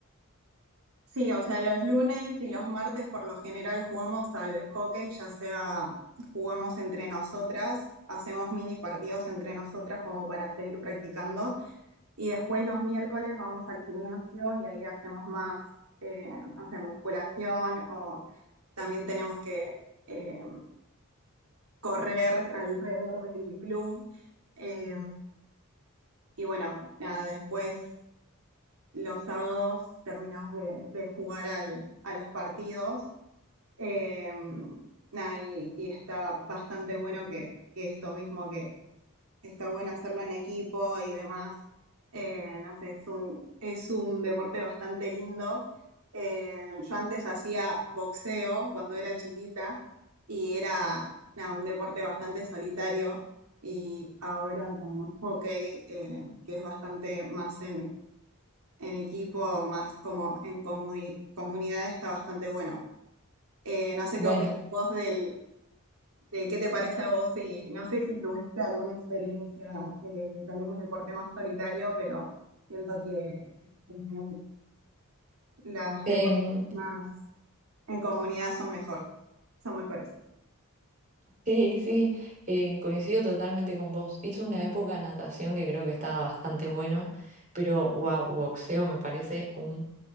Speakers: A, on the right (about 80°); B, on the right (about 35°).
A: Sí, o sea, los lunes y los martes por lo general jugamos al hockey, ya sea jugamos entre nosotras, hacemos mini partidos entre nosotras como para seguir practicando y después los miércoles vamos al gimnasio y ahí hacemos más, eh, no sé, musculación o también tenemos que eh, correr alrededor del club. Eh, y bueno, nada, después los sábados terminamos de, de jugar al, a los partidos. Eh, nada, y, y, está bastante bueno que, que esto mismo que, está bueno hacerlo en equipo y demás. Eh, no sé, es un, es un deporte bastante lindo. Eh, yo antes hacía boxeo cuando era chiquita y era nada, un deporte bastante solitario y ahora con hockey, eh, que es bastante más en, en equipo, más como en comuni- comunidad, está bastante bueno. Eh, no sé
B: Bueno,
A: qué opinas vos del, de qué te parece a vos y no sé si tuviste alguna experiencia eh, de algún deporte más solitario, pero siento que en mi opinión, los
B: em,
A: deportes más en comunidad son mejor, son mejores.
B: <laughs> sí, sí, eh, coincido totalmente con vos. Hice una época de natación que creo que estaba bastante bueno, pero wow, boxeo me parece un